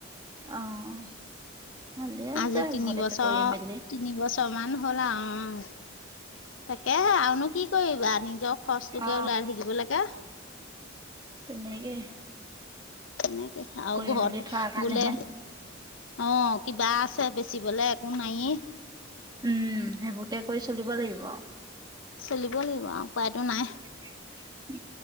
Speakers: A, on the right; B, on the left.
A: অ <inaudible> ভালে আছে
B: আজি তিনিবছৰ
A: ঘৰতে কৰি মেলি
B: তিনিবছৰ মান হ'ল আৰু <inaudible> তাকে হে আৰুনো কি কৰিবা নিজৰ খৰচটোকে
A: অ
B: ওলাই থাকিব লাগে
A: তেনেকে
B: তেনেকে আৰু
A: কৰি
B: ঘৰত
A: মেলি থোৱাৰ কাৰণেহে
B: বোলে অ কিবা চা বেচিবলে একো নাই এ
A: উম সেইবোৰকে কৰি চলিব লাগিব আৰু
B: চলিব লাগিব আৰু উপায়টো নাই।
A: <unintelligible>